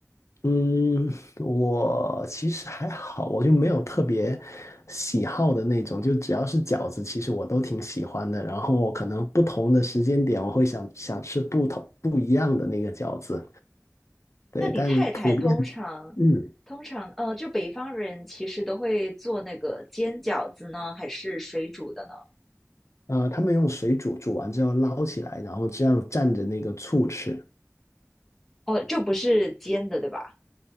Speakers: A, on the left; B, in the centre.
A: 嗯，我其实还好，我就没有特别喜好的那种，就只要是饺子，其实我都挺喜欢的。然后可能不同的时间点，我会想想吃不同不一样的那个饺子。对，
B: 那你太太通常，
A: 但普遍，嗯，
B: 通常，呃，就北方人其实都会做那个煎饺子呢，还是水煮的呢？
A: 呃，他们用水煮，煮完之后捞起来，然后这样蘸着那个醋吃。
B: 哦，就不是煎的，对吧？